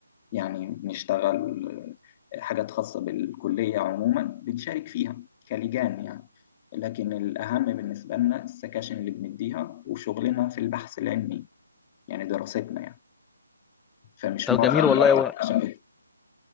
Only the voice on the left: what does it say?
يعني بنشتغل حاجات خاصة بالكلية عموما بنشارك فيها كلجان يعني لكن الأهم بالنسبة لنا السكاشن اللي بنديها وشغلنا في البحث العلمي يعني دراستنا يعني فمش
معظم
الوقت عشان كده.